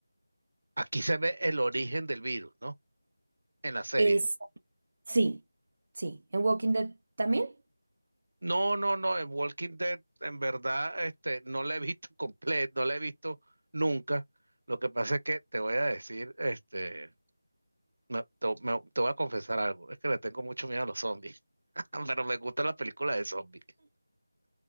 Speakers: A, on the right (about 80°); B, on the right (about 35°).
A: Aquí se ve el origen del virus, ¿no? En la serie.
B: Es, sí, sí. ¿En Walking Dead también?
A: No, no, no, en Walking Dead en verdad este, no la he visto <laughs> completa, no la he visto nunca. Lo que pasa es que te voy a decir, este, me- te, me- te voy a confesar algo, es que le tengo mucho miedo a los zombies, <laughs> pero me gusta la película de zombies.